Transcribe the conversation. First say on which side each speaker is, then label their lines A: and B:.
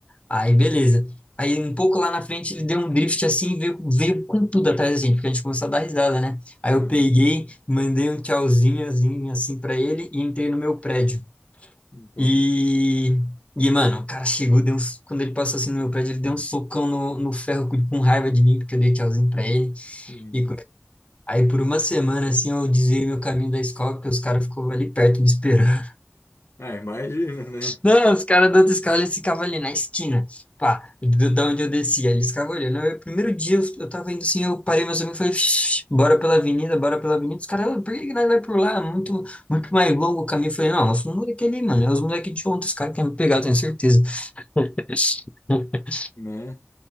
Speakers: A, on the left (about 30°); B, on the left (about 80°).
A: Aí, beleza. Aí, um pouco lá na frente, ele deu um drift assim e veio, veio com tudo atrás da gente, porque a gente começou a dar risada, né? Aí
B: Uhum.
A: eu peguei, mandei um tchauzinho assim, assim para ele e entrei no meu prédio.
B: Boa.
A: E, e mano, o cara chegou, deu uns, quando ele passou assim no meu prédio, ele deu um socão no, no ferro com, com raiva de mim, porque eu dei tchauzinho pra ele.
B: Uhum.
A: E co- aí, por uma semana, assim, eu desviei meu caminho da escola, porque os caras ficou ali perto me esperando.
B: Ah, imagina, né?
A: Não, os caras da outra escola, eles ficavam ali na esquina, pá, do- da onde eu descia, eles ficavam olhando. Aí, o primeiro dia eu, eu tava indo assim, eu parei meus amigos e falei, "Shh, bora pela avenida, bora pela avenida. Os caras, "Ah, por que que nós vai por lá? É Muito, muito mais longo o caminho. Eu falei, não, os moleques ali, mano, é os moleques de ontem, os caras querem me pegar, eu tenho certeza. <laughs>
B: Né?